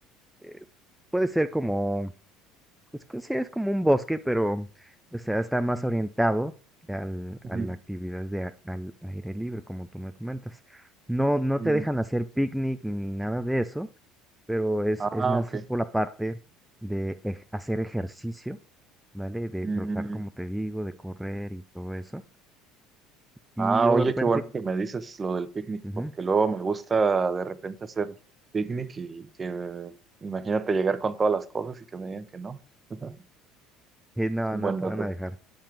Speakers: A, in the centre; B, on the right.
A: eh, puede ser como Pues que sí, es como un bosque, pero, o sea, está más orientado al,
B: Ujú.
A: a la actividad de, a- al aire libre, como tú me comentas. No, no
B: Mm.
A: te dejan hacer picnic ni nada de eso, pero es,
B: Ah,
A: es más
B: ok.
A: por la parte de ej- hacer ejercicio, ¿vale? De
B: Mm.
A: trotar, como te digo, de correr y todo eso. Y
B: Ah,
A: o
B: oye,
A: de repente,
B: qué bueno que me dices lo del picnic,
A: ujú,
B: porque luego me gusta de repente hacer picnic y que, imagínate llegar con todas las cosas y que me digan que no. <laughs>
A: eh, no,
B: Es un
A: no
B: buen
A: te
B: dato.
A: van a dejar.